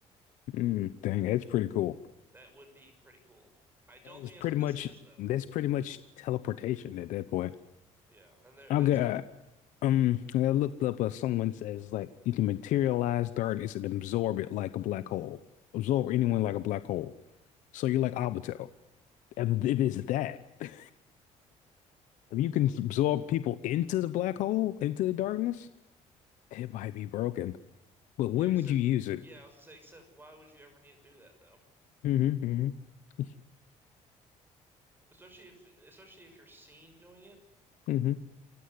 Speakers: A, on the left; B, on the right.
A: Mm, dang, that's pretty cool.
B: That would be pretty cool. I don't
A: That is
B: think
A: pretty
B: that's what this
A: much
B: is though.
A: that's pretty much teleportation at that point.
B: Yeah, and there,
A: Okay.
B: that's com
A: Um, I looked up uh, someone says like you can materialize darkness and absorb it like a black hole. Absorb anyone like a black hole. So you're like Obito. It is that. <laughs> If you can absorb people into the black hole, into the darkness, it might be broken. But when
B: Yeah, except
A: would you use it?
B: yeah, I was gonna say, except why would you ever need to do that though?
A: Mm-hmm, hmm
B: Especially if especially if you're seen doing it,
A: hmm